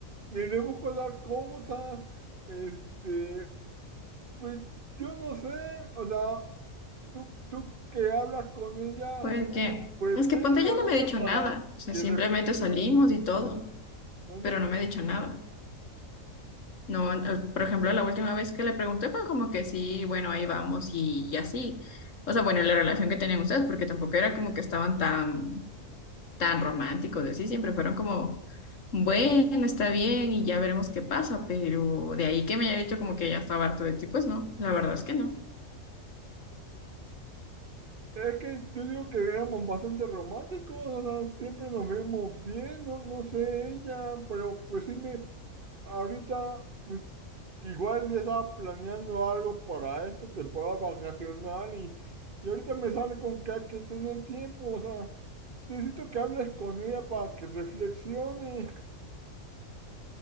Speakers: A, on the right; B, on the left.
A: y le busco dar cosas. Este, pues yo no sé, o sea, tú, tú que hablas con ella,
B: Fue que,
A: pues
B: es que
A: ve
B: ponte,
A: con
B: ya no me
A: ella
B: ha dicho
A: para
B: nada, o sea,
A: que
B: simplemente
A: reflexione,
B: salimos y todo,
A: ¿vale?
B: pero no me ha dicho nada. No, eh, por ejemplo, la última vez que le pregunté fue como que sí, bueno, ahí vamos y, y así. O sea, bueno, la relación que tenían ustedes, porque tampoco era como que estaban tan, tan románticos, y así, siempre fueron como, bueno, está bien y ya veremos qué pasa, pero de ahí que me haya dicho como que ya estaba harto de ti, pues no, la verdad es que no.
A: Es que yo digo que éramos bastante románticos, o sea, siempre nos vemos bien, no, no sé ella, pero pues sí me, Ahorita, pues, igual ya estaba planeando algo para esta temporada vacacional y, y ahorita me sale con que hay que tener tiempo, o sea, necesito que hables con ella para que reflexione.